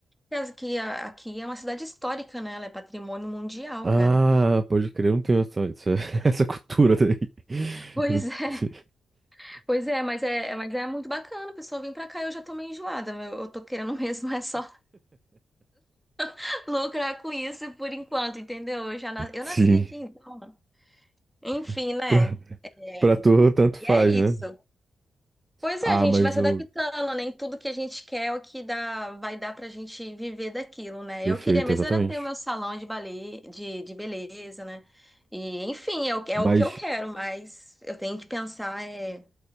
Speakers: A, in the centre; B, on the right.
A: Aliás, Aqui, aqui é uma cidade histórica, né? Ela é patrimônio mundial,
B: Ah,
A: cara.
B: pode crer, eu não tenho essa, essa, <laughs> essa cultura daí.
A: Pois
B: Eu não
A: é, <laughs>
B: sei.
A: pois é, mas é, mas é muito bacana, pessoal. Vem pra cá, eu já tô meio enjoada. meu. Eu, tô querendo <laughs> mesmo é só <laughs> lucrar com isso por enquanto, entendeu? Eu já na- eu
B: Sim,
A: nasci aqui, então. Enfim,
B: <laughs>
A: né?
B: pra,
A: É.
B: pra tu tanto
A: E
B: faz,
A: é isso.
B: né?
A: Pois
B: Ah,
A: é, a gente
B: mas
A: vai se
B: o.
A: adaptando, nem tudo que a gente quer é o que dá, vai dar pra gente viver daquilo, né?
B: Perfeito,
A: Eu queria mesmo
B: exatamente.
A: era ter o meu salão de balé, de, de beleza, né? E, enfim, é o, é
B: Mas
A: o que eu quero, mas eu tenho que pensar é,